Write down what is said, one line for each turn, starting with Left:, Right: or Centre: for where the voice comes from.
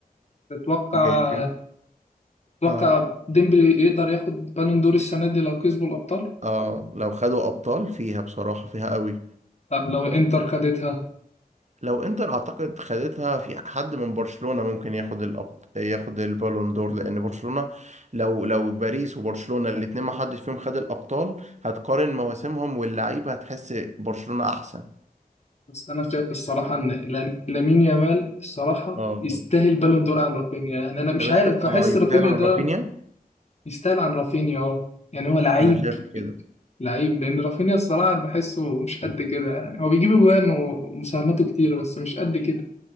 Left: تتوقع
Right: جايبين
Left: تتوقع
Right: اه
Left: ديمبلي يقدر ياخد بالون دور السنة دي لو كسبوا الأبطال؟
Right: اه لو خدوا ابطال فيها بصراحة فيها قوي
Left: طب لو إنتر خدتها
Right: لو انتر اعتقد خدتها في حد من برشلونة ممكن ياخد الأبط... ياخد البالون دور لان برشلونة لو لو باريس وبرشلونة الاتنين ما حدش فيهم خد الابطال هتقارن مواسمهم واللعيبة هتحس برشلونة احسن
Left: بس أنا شايف الصراحة إن لام- لامين يامال الصراحة
Right: اه
Left: يستاهل بالون دور عن رافينيا يعني أنا مش
Right: طب انت
Left: عارف بحس
Right: اه يستاهل
Left: رافينيا
Right: عن
Left: ده
Right: رافينيا
Left: يستاهل عن رافينيا أه يعني هو لعيب
Right: انا شايف كده
Left: لعيب لأن رافينيا الصراحة بحسه مش قد كده يعني هو بيجيب أجوان ومساهماته كتير بس مش قد كده